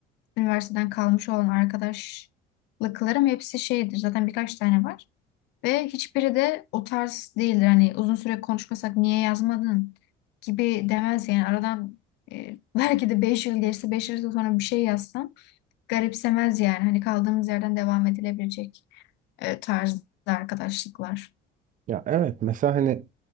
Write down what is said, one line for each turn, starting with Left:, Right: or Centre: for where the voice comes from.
Left: üniversiteden kalmış olan arkadaşlıklarım hepsi şeydir. Zaten birkaç tane var. Ve hiçbiri de o tarz değildir. Hani uzun süre konuşmasak niye yazmadın gibi demez yani. Aradan e, <laughs> belki de 5 yıl geçse 5 yıl sonra bir şey yazsam garipsemez yani. Hani kaldığımız yerden devam edilebilecek e, tarzda arkadaşlıklar.
Right: Ya evet mesela hani